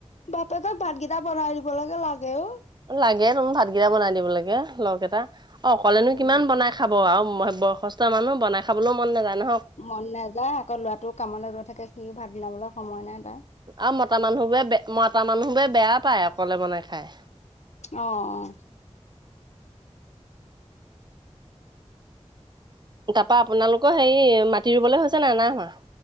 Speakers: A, on the left; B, on the right.
A: বাপেক ভাতকেইটা বনাই দিবলেকে লাগে অ,
B: লাগে ভাতকেইটা বনাই দিবলেকে লগ এটা অকলেনো
A: উম
B: কিমান বনাই খাব আৰু বয়সস্থ মানুহ বনাই খাবলৈও মন নাযায় ন।
A: মন নাযায় আকৌ ল'ৰাটোও কামলৈ গৈ থাকে সিও ভাত বনাবলৈ সময় নাই। তাৰ।
B: আৰু মতা মানুহ বোৰে বে মতা মানুহবোৰে বেয়া পায় অকলে বনাই খায়।
A: অ অ।
B: তাৰপৰা আপোনালোকৰ হেৰি মাটি ৰুবলৈ হৈছেনে নাই হোৱা।